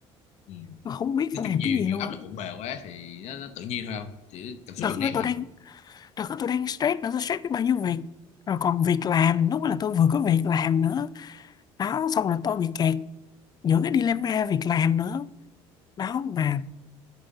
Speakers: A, on the left; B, on the left.
A: ừ.
B: tôi không biết
A: nói
B: phải
A: chung
B: làm
A: nhiều
B: cái gì
A: nhiều
B: luôn
A: áp
B: không
A: lực bộn bề quá thì nó, nó tự nhiên thôi không chỉ cảm xúc
B: đợt
A: dồn nén
B: đó tôi
A: mà
B: đang đợt đó tôi đang stress nữa tôi stress biết bao nhiêu việc rồi còn việc làm lúc đó là tôi vừa có việc làm nữa đó xong rồi tôi bị kẹt giữa cái dilemma việc làm nữa đó mà